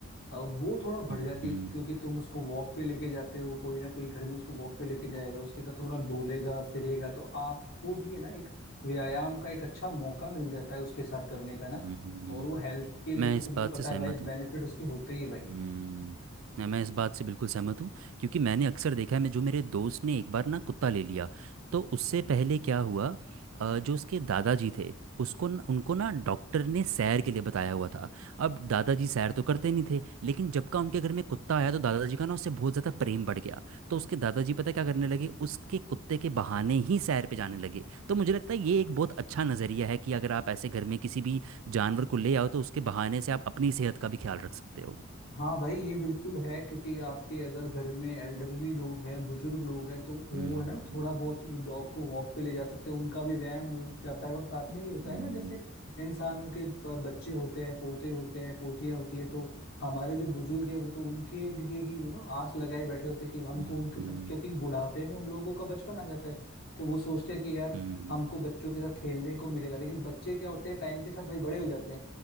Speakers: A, on the left; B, on the right.
A: अ, वो थोड़ा बढ़
B: हम्म
A: जाती है क्योंकि तुम उसको वॉक पे लेके जाते हो कोई ना कोई घर में उसको वॉक पे लेके जाएगा उसके साथ थोड़ा डोलेगा फिरेगा तो आपको भी है ना एक व्यायाम का एक अच्छा मौका मिल जाता है उसके साथ करने का ना
B: हम्म, हम्म।
A: और वो हेल्थ के लिए
B: मैं
A: तो
B: इस
A: तुमको
B: बात
A: पता
B: से सहमत
A: है भाई बेनिफिट
B: हूँ
A: उसके होते ही है भाई
B: हम्म, नहीं, मैं इस बात से बिल्कुल सहमत हूँ क्योंकि मैंने अक्सर देखा है मैं जो मेरे दोस्त ने एक बार ना कुत्ता ले लिया तो उससे पहले क्या हुआ अ, जो उसके दादाजी थे उसको न, उनको ना डॉक्टर ने सैर के लिए बताया हुआ था अब दादाजी सैर तो करते नहीं थे लेकिन जब का उनके घर में कुत्ता आया तो दादाजी का ना उससे बहुत ज़्यादा प्रेम बढ़ गया तो उसके दादाजी पता है क्या करने लगे उसके कुत्ते के बहाने ही सैर पे जाने लगे तो मुझे लगता है ये एक बहुत अच्छा नज़रिया है कि अगर आप ऐसे घर में किसी भी जानवर को ले आओ तो उसके बहाने से आप अपनी सेहत का भी ख्याल रख सकते हो
A: हाँ भाई ये बिल्कुल है क्योंकि आपके अगर घर में एल्डरली लोग हैं बुजुर्ग लोग हैं तो वो
B: हम्म
A: है ना थोड़ा बहुत डॉग को वॉक पे ले जा सकते हैं उनका भी व्यायाम हो जाता है और साथ में ये होता
B: हम्म
A: है ना जैसे इंसानों के ब- बच्चे होते हैं पोते होते हैं पोतियां होती है तो हमारे जो बुजुर्ग है वो तो उनके लिए ही यू नो आस लगाए बैठे होते हैं कि हमको
B: हम्म
A: उनके साथ क्योंकि बुढ़ापे में उन लोगों का बचपन आ जाता है तो वो सोचते हैं कि यार
B: हम्म
A: हमको बच्चों के साथ खेलने को मिलेगा लेकिन बच्चे क्या होते हैं टाइम के साथ भाई बड़े हो जाते हैं